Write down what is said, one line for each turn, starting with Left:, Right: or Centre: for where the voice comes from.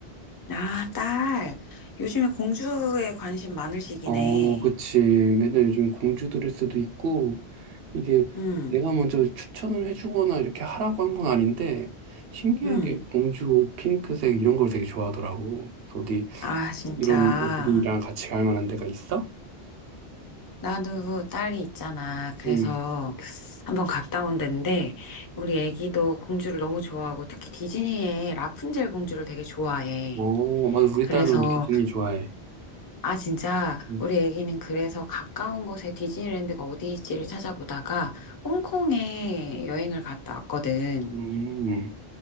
Left: 아, 딸. 요즘에 공주에 관심 많을 시기네.
Right: 어, 그치. 맨날 요즘 공주 드레스도 있고, 이게
Left: 음,
Right: 내가 먼저 추천을 해주거나 이렇게 하라고 한 건 아닌데, 신기하게
Left: 음.
Right: 공주 옷, 핑크색 이런 걸 되게 좋아하더라고. 그래서 어디
Left: 아, 진짜.
Right: 이런 애들이랑 같이 갈 만한 데가 있어?
Left: 나도 딸이 있잖아. 그래서
Right: 응.
Left: 한번 갔다 온 데인데, 우리 아기도 공주를 너무 좋아하고, 특히 디즈니의 라푼젤 공주를 되게 좋아해.
Right: 어, 맞아. 우리
Left: 그래서
Right: 딸도 디즈니 좋아해.
Left: 아, 진짜,
Right: 음,
Left: 우리 애기는 그래서 가까운 곳에 디즈니랜드가 어디일지를 찾아보다가 홍콩에 여행을 갔다 왔거든.
Right: 음. 음.